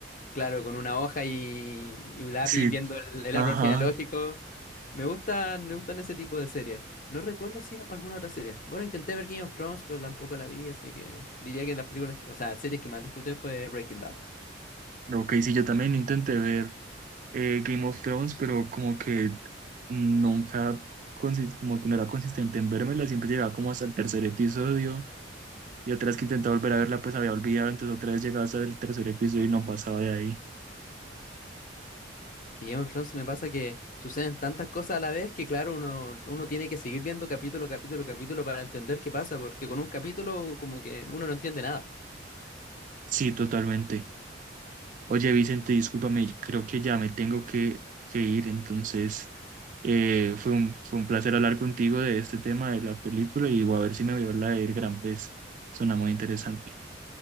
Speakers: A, on the left (about 45°); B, on the right (about 45°).
A: claro, con una hoja y, y un lápiz
B: Sí,
A: viendo el, el
B: ajá.
A: árbol genealógico. Me gustan, me gustan ese tipo de series. No recuerdo si alguna otra serie. Bueno, intenté ver Game of Thrones, pero tampoco la vi, así que diría que las películas, o sea, series que más disfruté fue Breaking Bad.
B: Ok, sí, yo también intenté ver. eh, Game of Thrones, pero como que nunca, consi- como que no era consistente en vérmela, siempre llegaba como hasta el tercer episodio y otras que intentaba volver a verla pues había olvidado, entonces otra vez llegaba hasta el tercer episodio y no pasaba de ahí.
A: Que Game of Thrones me pasa que suceden tantas cosas a la vez que, claro, uno, uno tiene que seguir viendo capítulo, capítulo, capítulo para entender qué pasa, porque con un capítulo como que uno no entiende nada.
B: Sí, totalmente. Oye, Vicente, discúlpame, creo que ya me tengo que, que ir, entonces eh, fue un, fue un placer hablar contigo de este tema de la película y voy a ver si me veo la del Gran Pez, suena muy interesante.